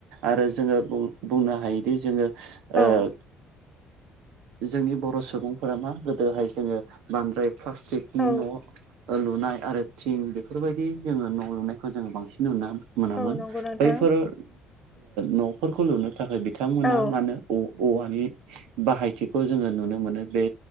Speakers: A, on the right (about 70°); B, on the left (about 15°).
A: आरो जोङो बुं-बुंनो हायोदि जोङो
B: औ।
A: ओ जोंनि बर' सुबुंफोरा मा गोदोहाय जोङो बांद्राय प्लास्टिकनि
B: औ
A: न ओ लुनाय आरो थिं बेफोरबायदि जोङो न लुनायखौ जोङो बांसिन नुनो मोनामोन
B: औ नंगौ नोंथां
A: बैफोराव नफोरखौ लुनो थाखाय बिथांमोना
B: औ
A: मानो अ-औवानि बाहायथिखौ जोङो नुनो मोनो बे